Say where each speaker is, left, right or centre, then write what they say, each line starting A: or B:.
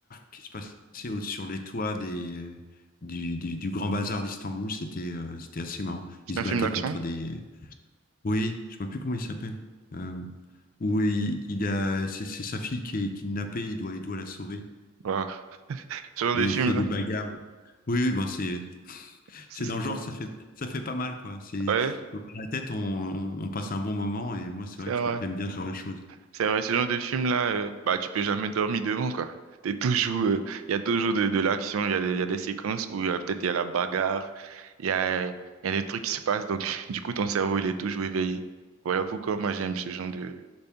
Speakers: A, on the left; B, on the right.
A: qui se passait au, sur les toits des, du, du, du grand bazar d'Istanbul. C'était euh, c'était assez marrant.
B: C'est
A: Ils se
B: un
A: battaient
B: film d'action?
A: contre des. Oui, je ne sais même plus comment il s'appelle. Euh, où il, il a, c'est c'est sa fille qui est kidnappée. Il doit, il doit la sauver
B: Wow. Ce genre
A: et
B: de film-là,
A: il fait des bagarres. Oui, oui, ben c'est
B: c'est
A: c'est
B: c'est
A: dans le
B: cool.
A: genre, ça fait ça fait pas mal quoi. C'est
B: Ouais,
A: dans la tête, on, on, on passe un bon moment et moi c'est
B: c'est
A: vrai que
B: vrai.
A: j'aime bien ce genre de choses.
B: C'est vrai, ce genre de film-là, euh, bah, tu peux jamais dormir devant, quoi. T'es toujours, euh, il y a toujours de, de l'action, il y a des, il y a des séquences où il y a- peut-être il y a la bagarre, il y a, il y a des trucs qui se passent, donc <laughs> du coup, ton cerveau, il est toujours éveillé. Voilà pourquoi moi, j'aime ce genre de,